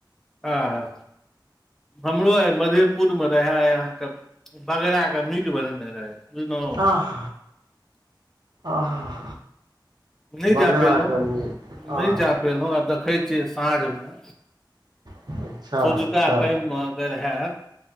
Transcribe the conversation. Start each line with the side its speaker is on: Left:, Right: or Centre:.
Centre: आहा हमरो आय मधेपुर मे रहै ए अहाँके बकरा के मीट बनेने रहै बुझलहुँ
Right: आह आह
Centre: नहि
Right: बगराके
Centre: जा पयलहुँ
Right: मीट
Centre: नहि
Right: आह
Centre: जा पयलहुँ आब देखै छियै साँझमे
Right: अच्छा
Centre: सोंझका
Right: अच्छा
Centre: टाइम मे अगर हैत